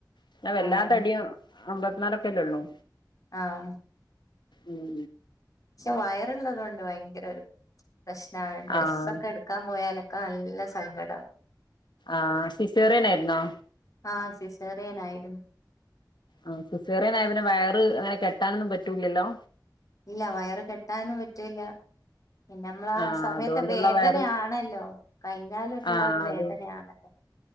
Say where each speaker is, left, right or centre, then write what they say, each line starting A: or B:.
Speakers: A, on the left; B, on the left.
A: പിന്നെ വെല്ലാ
B: ആഹ്
A: തടിയും അമ്പത്ത്നാലൊക്കെല്ലൊള്ളൂ
B: ആഹ്
A: ഉം
B: പക്ഷേ വയറ്ള്ളത് കൊണ്ട് ഭയങ്കരൊരു പ്രശ്നാണ് ഡ്രസ്സൊക്കെ
A: ആഹ്
B: ഇടു ക്കാൻ പോയാലൊക്കെ നല്ല സങ്കടാവും
A: ആഹ് സിസേറിയനായിര്ന്നോ?
B: ആഹ് സിസേറിയനായിര്ന്നു
A: ആഹ് സിസേറിനായ പിന്നെ വയറ് അങ്ങനെ കെട്ടാനൊന്നും പറ്റൂല്ലല്ലോ?
B: ഇല്ല വയറ് കെട്ടാനും പറ്റൂല്ല പിന്നമ്മളാ
A: ആഹ്
B: ആ സമയത്തെ
A: അതുകൊണ്ടുള്ള
B: വേദനയാണല്ലോ
A: വയറ്
B: കഴിഞ്ഞാലൊട്ട്ള്ള
A: ആഹ്
B: ആ ഒരു വേദനയാണല്ലോ?
A: അത്